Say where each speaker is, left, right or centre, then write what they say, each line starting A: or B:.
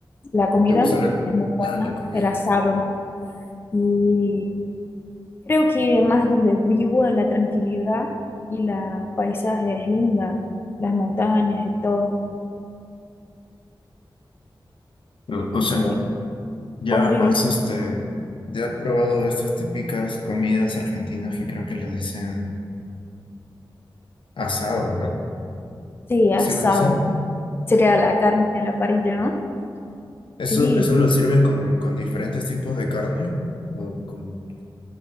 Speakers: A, on the left; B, on the left.
A: la comida
B: ¿Te gusta la,
A: es muy buena,
B: ah, la comida?
A: el asado, ¿no? Y creo que más donde vivo, la tranquilidad y la paisaje es linda, las montañas y todo.
B: O, o
A: Así
B: sea,
A: que
B: ¿ya
A: pondría
B: has
A: eso.
B: este, ya has probado estas típicas comidas argentinas que creo que las dicen asados, ¿no?
A: Sí,
B: ¿Así
A: asado.
B: las dicen?
A: Sería la carne a la parrilla, ¿no?
B: ¿Eso,
A: Sí,
B: eso lo sirven con, con diferentes tipos de carne? o con...